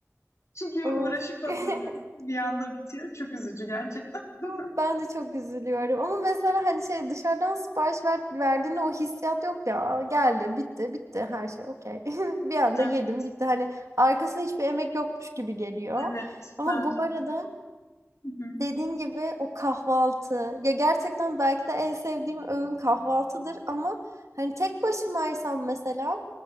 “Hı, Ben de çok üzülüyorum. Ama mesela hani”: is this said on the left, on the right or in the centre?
Right